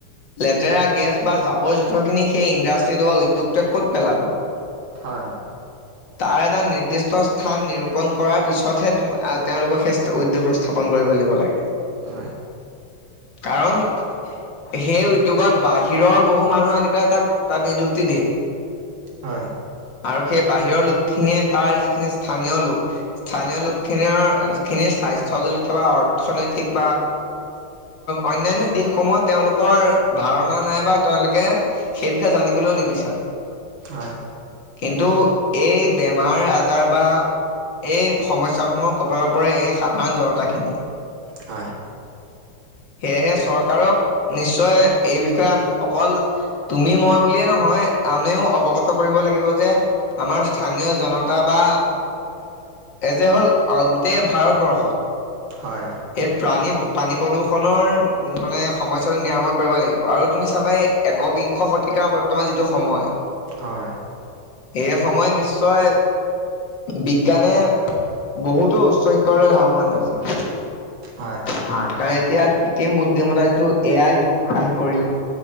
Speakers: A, on the left; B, on the right.
A: লেতেৰা গেছ বা জাবৰ জোঁথৰখিনি সেই ইণ্ডাষ্ট্ৰিটো বা উদ্যোগটোৱে ক'ত পেলাব?
B: হয়।
A: তাৰ এটা নিৰ্দিষ্ট স্থান নিৰূপন কৰাৰ পিছতহে, তুমা তেওঁলোক সেই স্থা উদ্যোগবোৰ স্থাপন কৰিব দিব লাগে।
B: হয়
A: কাৰণ সেই উদ্যোগত বাহিৰৰ, বহু মানুহ আনি পেলাই তাক তাত নিযুক্তি দিয়ে।
B: হয়।
A: আৰু সেই বাহিৰৰ লোক খিনিয়ে তাৰ যিখিনি স্থানীয় লোক, স্থানীয়
B: হয়
A: লোকখিনিৰ খিনিৰ স্বাস্থ্য জনিত বা অৰ্থনৈতিক বা অন্যান্য দিশসমূহত, তেওঁলোকৰ ধাৰণা নাইবা তেওঁলোকে সেই বিষয়ে জানিবলৈও নিবিচাৰে।
B: হয়।
A: কিন্তু, এই বেমাৰ আজাৰ বা এই সমস্যাসমূহক <inaudible> পৰে এই সাধাৰণ জনতাখিনি।
B: হয়।
A: সেয়েহে চৰকাৰক নিশ্চয়, এই বিষয়ে অকল তুমি মই বুলিয়ে নহয়, আনেও অৱগত কৰিব লাগিব যে আমাৰ স্থানীয় জনতা বা এযে হ'ল গোটেই ভাৰতবৰ্ষত।
B: হয় হয়।
A: এই প্ৰাণী, পানী প্ৰদূষণৰ মানে সমস্যাটো নিৰাময় কৰিব লাগিব আৰু তুমি চাবা এই একবিংশ শতিকা, বৰ্তমান যিটো সময়
B: হয় হয়।
A: এই সময়, নিশ্চয় বিজ্ঞানে বহুতো উচ্চ শিক্ষৰে লাভমান হৈছে।
B: হয়।
A: কাৰণ এতিয়া কৃত্ৰিম বুদ্ধিমতা যিটো এ, আই, যুগ আহি পৰিলে।